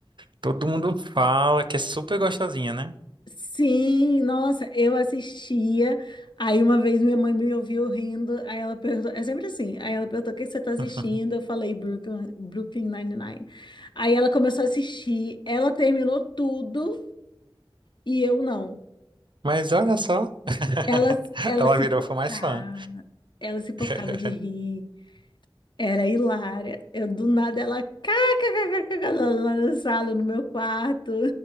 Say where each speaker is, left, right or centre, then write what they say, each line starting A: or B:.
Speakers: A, on the right (about 55°); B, on the left (about 55°).
A: Todo mundo fala que é super gostosinha, né?
B: Sim, nossa, eu assistia. Aí uma vez minha mãe me ouviu rindo, aí ela perguntou, é sempre assim, aí ela perguntou o que que você tá assistindo,
A: <laughs>
B: eu falei Brooklyn, Brooklyn Nine-Nine. Aí ela começou a assistir, ela terminou tudo e eu não.
A: Mas olha só,
B: Ela,
A: <laughs>
B: ela
A: ela
B: se
A: virou
B: pocava,
A: fã mais fã.
B: ela se pocava
A: <laughs>
B: de rir, era hilária. Eu do nada ela kkkk, lá lá na sala, no meu quarto.